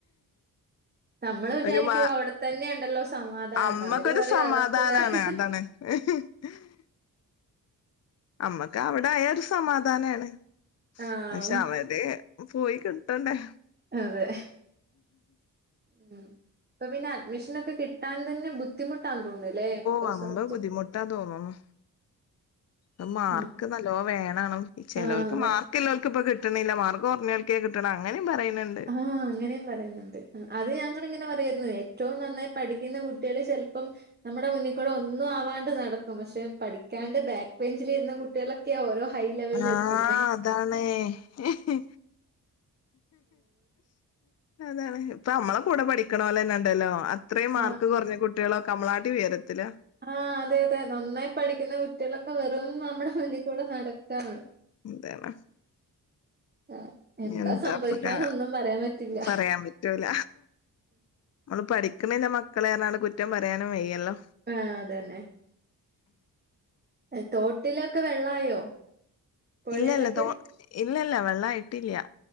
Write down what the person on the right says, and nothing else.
നമ്മൾ വിചാരിക്കും
അവിടെത്തന്നെ ഇണ്ടല്ലോ സമാധാനംന്ന്
അവര് പറയും
അവർക്ക് വേറെ
ആഹ്
അതെ ഉം ഇപ്പൊ പിന്നെ അഡ്മിഷനൊക്കെ കിട്ടാൻ തന്നെ ബുദ്ധിമുട്ടാന്ന് തോന്നുന്നല്ലേ ഓരോ
സ്ഥലത്തും
ഉം
ആഹ് അതെ
ആഹ അങ്ങനെയും പറയുന്നുണ്ട് അത് ഞങ്ങൾ ഇങ്ങനെ പറയാരുന്നു ഏറ്റവും നന്നായിട്ട് പഠിക്കുന്ന കുട്ട്യാള് ചെലപ്പം നമ്മുടെ മുന്നിൽ കൂടെ ഒന്നും ആവാണ്ട് നടക്കും പക്ഷെ പഠിക്കാണ്ട് ബാക്ക് ബെഞ്ചിലിരുന്ന കുട്ട കുട്ട്യാളൊക്കെയാ ഓരോ ഹൈ ലെവലിൽ
എത്തുന്ന
ആഹ്
ആഹ് അതെ അതെ നന്നായി പഠിയ്ക്കുന്ന കുട്ടികളൊക്കെ വെറും നമ്മുടെ മുന്നിക്കൂടെ നടക്കാണ്
ആഹ് എന്താ
സംഭവിക്കാനൊന്നും
പറയാൻ പറ്റില്ല
ആഹ് അതെന്നെ ഏഹ് തോട്ടിലൊക്കെ വെള്ളായോ പുഴയിലൊക്കെ